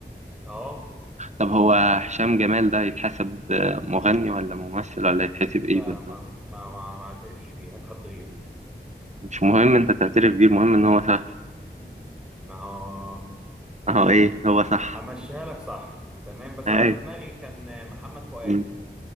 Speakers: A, in the centre; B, on the right.
A: اه
B: طب هو هشام جمال ده يتحسب آه، مغني ولا ممثل ولا يتحسب
A: لا
B: ايه بالظبط
A: ما ما ما ما اعترفش بيه هات حد غيره
B: مش مهم انت تعترف بيه المهم ان هو صح
A: <laughs> ما هو
B: <laughs> اهو ايه هو صح
A: همشيها لك صح تمام بس
B: ايوه
A: انا في دماغي كان محمد فؤاد
B: مين؟